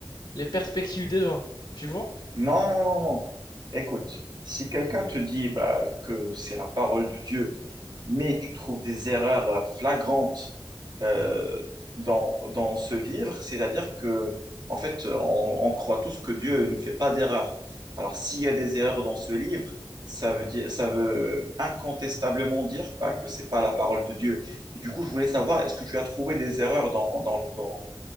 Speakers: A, on the left; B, on the right.
A: les perspectives des gens, tu vois?
B: Non, non, non, non. Écoute, si quelqu'un te dit bah, que c'est la parole de Dieu, mais tu trouves des erreurs euh, flagrantes euh, dans, dans ce livre, c'est-à-dire que, en fait, on, on croit tous que Dieu ne fait pas d'erreurs. Alors, s'il y a des erreurs dans ce livre, ça veut dire, ça veut incontestablement dire bah, que c'est pas la parole de Dieu. Et du coup, je voulais savoir, est-ce que tu as trouvé des erreurs dans, dans le Coran?